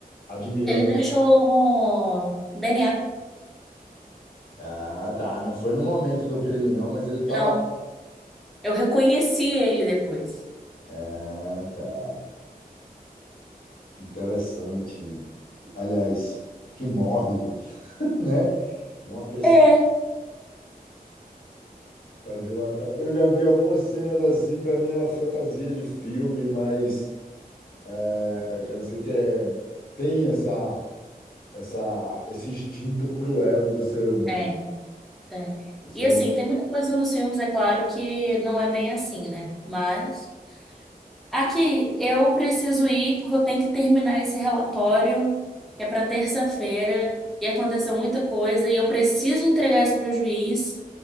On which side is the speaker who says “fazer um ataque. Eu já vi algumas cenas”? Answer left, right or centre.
Left